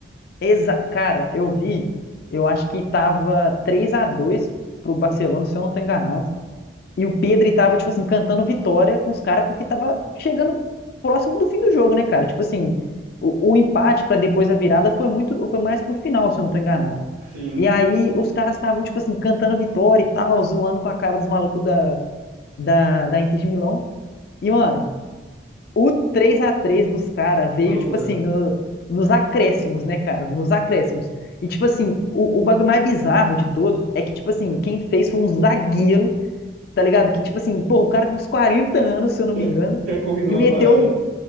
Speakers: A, on the left; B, on the right.
A: Exa cara, eu vi, eu acho que tava três a 2 pro Barcelona, se eu não tô enganado. E o Pedri tava, tipo assim, cantando vitória com os caras porque tava chegando próximo do fim do jogo, né, cara? Tipo assim, o, o empate pra depois a virada foi muito, foi mais pro final, se eu não tô enganado.
B: Sim,
A: E aí os caras estavam, tipo assim, cantando vitória e tal, zoando com a cara dos malucos da, da, da Inter de Milão. E, mano, o três a três dos caras veio,
B: foi loucura.
A: tipo assim, no- nos acréscimos, né, cara? Nos acréscimos. E, tipo assim, o, o bagulho mais bizarro de todos é que, tipo assim, quem fez foi um zagueiro tá ligado? Que tipo assim, pô, o cara tem uns 40 anos,
B: <laughs>
A: se eu não
B: Tinha
A: me engano,
B: tinha corrido
A: e
B: lá
A: meteu
B: pra área.